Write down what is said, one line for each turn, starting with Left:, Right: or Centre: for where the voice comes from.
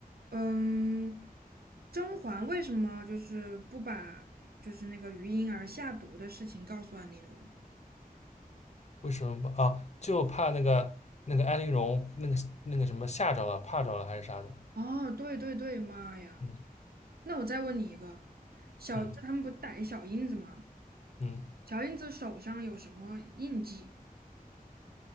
Right: 嗯，甄嬛为什么就是不把就是那个余莺儿下毒的事情告诉安陵容？
Left: 为什么不啊？就怕那个那个安陵容那个那个什么吓着了，怕着了还是啥的，
Right: 哦，对对对，妈呀！
Left: 嗯
Right: 那我再问你一个，小，
Left: 嗯
Right: 就他们不逮小印子吗？
Left: 嗯，
Right: 小印子手上有什么印记？